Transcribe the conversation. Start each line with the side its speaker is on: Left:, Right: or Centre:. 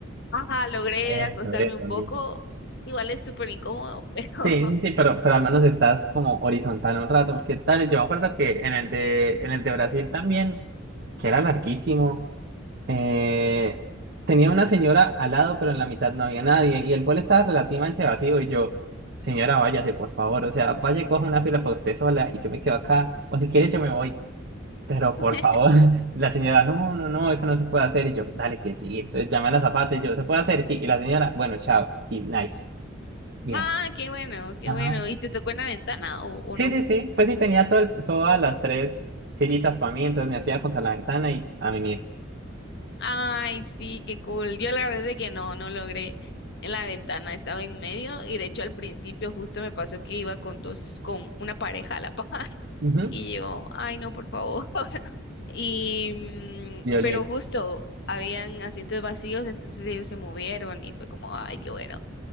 Left: ajá, logré
Right: Eso,
Left: acostarme
Right: eso,
Left: un poco.
Right: bien.
Left: Igual es súper incómodo, <laughs> pero...
Right: Sí, sí, pero, pero al menos estás como horizontal un rato, porque tal, yo me acuerdo que en el de, en el de Brasil también, que era larguísimo, eh, tenía una señora al lado, pero en la mitad no había nadie, y el vuelo estaba relativamente vacío, y yo, señora, váyase, por favor, o sea, vaya y coja una fila para usted sola, y yo me quedo acá, o si quiere yo me voy, pero por
Left: <laughs>
Right: favor, <laughs> la señora, no, no, no, eso no se puede hacer, y yo, dale que sí, entonces llamé a la zapata, y yo, ¿se puede hacer? Sí, y la señora, bueno, chao, y nice. Bien.
Left: Ah, qué bueno, qué
Right: Ajá.
Left: bueno. ¿Y te tocó en la ventana o, o
Right: Sí,
Left: no?
Right: sí, sí. Pues sí, tenía todo el- todas las tres sillitas para mí, entonces me hacía contra la ventana y a mí mismo.
Left: Ay, sí, qué cool. Yo la verdad es que no, no logré en la ventana, estaba en medio y de hecho al principio justo me pasó que iba con dos, con una pareja a la par <laughs>
Right: Ujú.
Left: y yo, ay, no, por favor. <laughs> Y, mm,
Right: Violín.
Left: pero justo habían asientos vacíos, entonces ellos se movieron y fue como, ay, qué bueno.